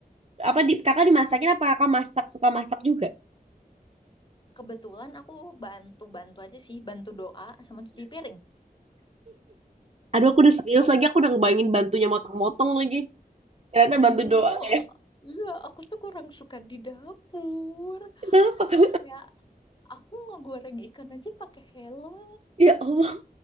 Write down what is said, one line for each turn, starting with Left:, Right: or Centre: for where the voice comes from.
Right: apa di kakak dimasakin apa kakak masak suka masak juga
Left: kebetulan aku bantu-bantu aja sih, bantu doa sama cuci piring.
Right: aduh aku udah serius lagi aku udah ngebayangin bantunya motong-motong lagi ternyata bantu
Left: Enggak,
Right: doang ya
Left: iya aku tuh kurang suka di dapur.
Right: kenapa
Left: Kayak aku ngegoreng ikan aja pakai helm.
Right: ya Allah